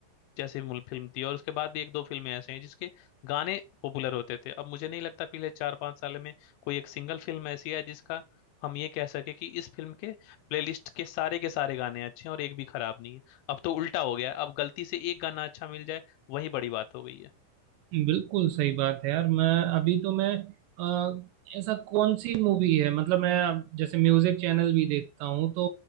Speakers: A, on the left (about 80°); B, on the right (about 75°).
A: जैसी मूल फिल्म थी और उसके बाद भी एक दो फिल्में ऐसे हैं जिसके गाने पॉपुलर होते थे अब मुझे नहीं लगता पिछले चार पांच साल में कोई एक सिंगल फिल्म ऐसी है जिसका हम ये कह सके कि इस फिल्म के प्लेलिस्ट के सारे के सारे गाने अच्छे हैं और एक भी खराब नहीं है अब तो उल्टा हो गया है अब गलती से एक गाना अच्छा मिल जाए वही बड़ी बात हो गई है
B: बिल्कुल सही बात है यार मैं अभी तो मैं अ, ऐसा कौन सी मूवी है मतलब मैं अब जैसे म्यूजिक चैनल भी देखता हूँ तो